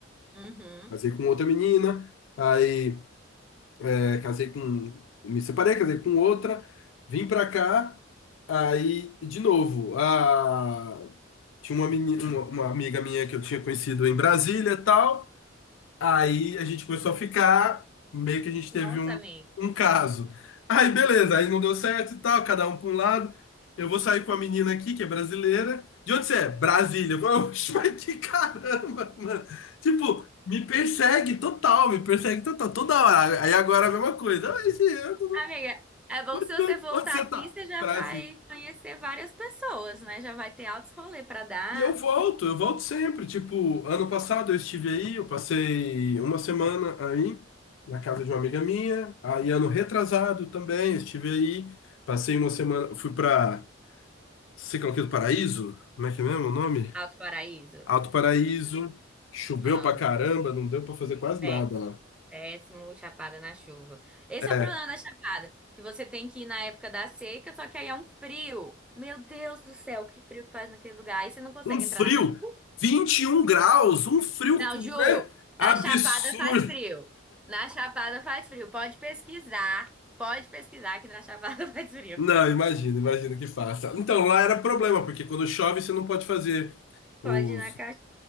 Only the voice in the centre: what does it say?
Uhum.
Nossa,
amiga.
Amiga, é bom
que se você
voltar
aqui,
você já
vai conhecer várias pessoas, né? Já vai ter altos rolê pra dar.
Alto Paraíso,
amo.
Péssimo.
Péssimo, Chapada na chuva. Esse
é o problema da Chapada, que você tem que ir na época da seca, só que aí é um frio. Meu Deus do céu, que frio que faz naquele lugar. Aí você não consegue
entrar na cachoeira.
Não, juro,
na Chapada faz frio. Na Chapada faz frio. Pode pesquisar. Pode pesquisar que na Chapada <laughs> faz frio.
Pode ir na caixa.